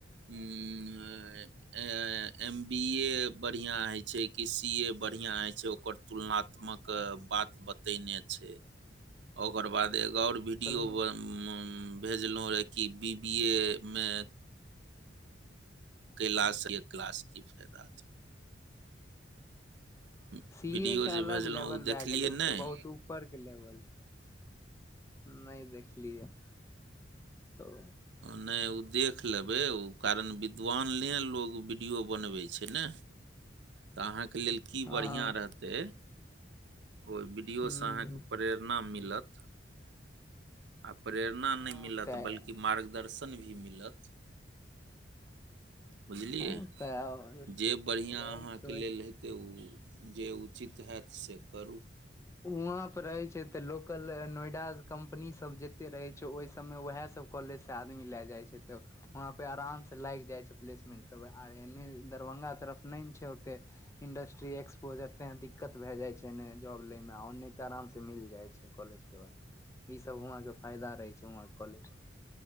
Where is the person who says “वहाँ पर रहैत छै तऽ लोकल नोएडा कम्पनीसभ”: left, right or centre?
Left